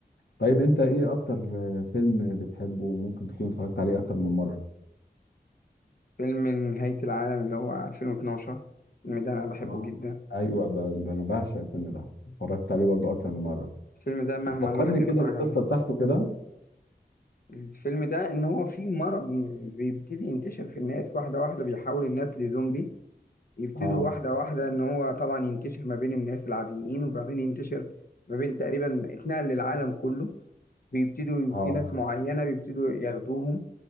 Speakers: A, on the left (about 80°); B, on the left (about 60°).
A: طيب انت ايه اكتر آه، فيلم بتحبه وممكن تكون اتفرجت عليه اكتر من مره
B: فيلم نهاية العالم اللي هو 2012 الفيلم ده انا بحبه
A: اه
B: جدا
A: ايوه ب- ب- انا بعشق الفيلم ده اتفرجت عليه برضو اكتر من مره
B: الفيلم ده مهما
A: فكرني
B: الواحد يتفرج
A: كده بالقصه
B: عليه
A: بتاعته كده
B: الفيلم ده ان هو فيه مرض بيبتدي ينتشر في الناس واحدة واحدة بيحول الناس لزومبي يبتدوا
A: اه
B: واحدة واحدة ان هو طبعا ينتشر ما بين الناس العاديين وبعدين ينتشر ما بين تقريبا اتنقل للعالم كله بيبتدوا
A: اه
B: في ناس معينة بيبتدوا ياخدوهم